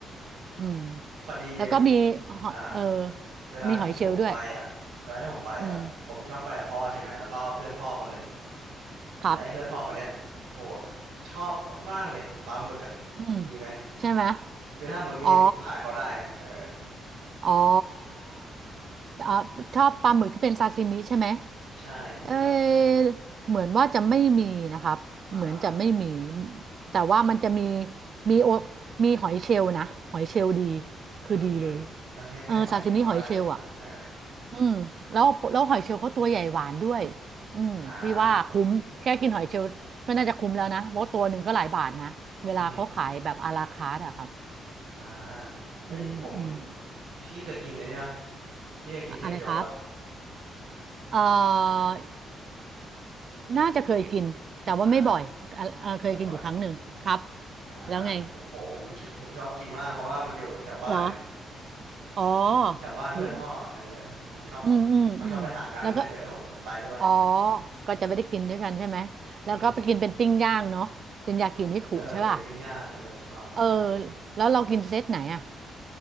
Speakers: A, on the right; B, on the right.
A: อืม
B: พอดี
A: แล้วก็มีหอยเออ
B: อ่าเวลาที่ผมไปอ่ะเวลาที่ผมไปอ่ะผมชอบไปกับพ่อใช่ไหมแล้วก็เพื่อนพ่อคนหนึ่ง
A: มีหอยเชลล์ด้วยอืมครับ
B: และไอ้เพื่อนพ่อคนเนี้ยโหชอบมากๆเลยปลาหมึกอ่ะ
A: อืม
B: มีไหม
A: ใช่ไหม
B: คือถ้าหมดมีผมขายเขาได้ไงเออ
A: อ๋ออ๋อเอ่อชอบปลาหมึกที่เป็นซาซิมิใช่ไหม
B: ใช่มีปะ
A: เออเหมือนว่าจะไม่มีนะครับเหมือนจะไม่มี
B: อ่าไม่มีใช่ไหม
A: แต่ว่ามันจะมีมีโอมีหอยเชลล์นะหอยเชลล์ดีคือดีเลย
B: อืมอืมเออแค่แค่หอยเขาก็ได้กินละเออ
A: เออซาซิมิหอยเชลล์อ่ะอืมแล้วแล้วหอยเชลล์เขาตัวใหญ่หวานด้วยอืมพี่ว่าคุ้มแค่กินหอยเชลล์ก็น่าจะคุ้มแล้วนะเพราะตัวหนึ่งก็หลายบาทนะเวลาเขาขายแบบอาราคาร์ทอะครับ
B: อ่าอือฮึอ่าเฮ้ยผม
A: อืมอืม
B: พี่เคยกินอันนี้ปะพี่เคยกินเทนโจปะ
A: อะอะไรครับเอ่อน่าจะเคยกินแต่ว่าไม่บ่อยอ่ะอ่ะเคยกินอยู่ครั้งหนึ่งครับ
B: อ่าเอาไปบ่อยอ่า
A: แล้วไง
B: ผมโหผม <laughs> ผมชอบกินมากเพราะว่ามันอยู่แถวบ้านไง
A: เหรออ๋อ
B: อืมแถวบ้านเพื่อนพ่อเออ
A: อยู่
B: ผมชอบ
A: อืมอืมอืม
B: เขาชอบไปหากัน
A: แล้วก็
B: <laughs> เออผมก็ไปด้วย
A: อ๋อก็จะไม่ได้กินด้วยกันใช่ไหม แล้วก็ไปกินเป็นปิ้งย่างเนาะเป็นยากินิคุใช่ป่ะ
B: อืมเออเป็นปิ้งย่างเออชอบชอบ
A: เออแล้วเรากินเซตไหนอ่ะ